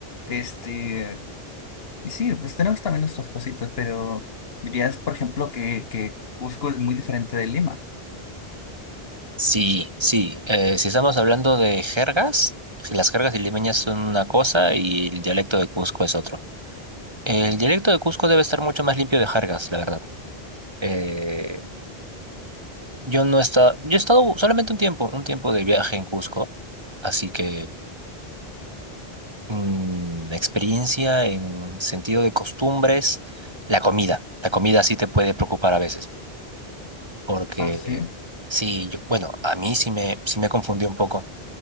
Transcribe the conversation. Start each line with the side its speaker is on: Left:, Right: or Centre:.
Left: Este, y sí, pues tenemos también nuestras cositas, pero dirías, por ejemplo, que, que Cusco es muy diferente de Lima.
Right: sí, sí. eh, si estamos hablando de jergas, las jergas limeñas son una cosa y el dialecto de Cusco es otro. El dialecto de Cusco debe estar mucho más limpio de jergas, la verdad. Eh, yo no he estado, yo he estado solamente un tiempo, un tiempo de viaje en Cusco, así que mm, experiencia en sentido de costumbres, la comida. La comida sí te puede preocupar a veces, porque
Left: Ah, sí,
Right: sí, yo, bueno, a mí sí me, sí me confundí un poco.